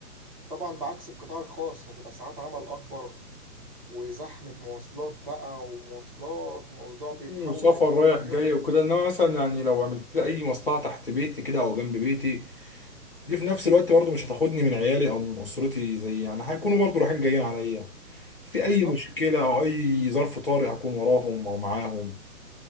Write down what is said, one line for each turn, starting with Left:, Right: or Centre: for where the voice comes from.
Right: طبعا بعكس القطاع الخاص هتبقى ساعات عمل اكبر وزحمة مواصلات بقى ومواصلات وموضوع
Left: مم،
Right: بيتحول
Left: وسفر
Right: لتحدي
Left: رايح جاي
Right: يومي
Left: وكده انما مثلا يعني لو عملت لي اي مصلحه تحت بيتي كده او جنب بيتي دي في نفس الوقت برضه مش هتاخدني من عيالي او من اسرتي زي يعني هيكونوا برضه رايحين جايين عليا في
Right: بالظبط
Left: اي مشكله او اي ظرف طارئ اكون وراهم او معاهم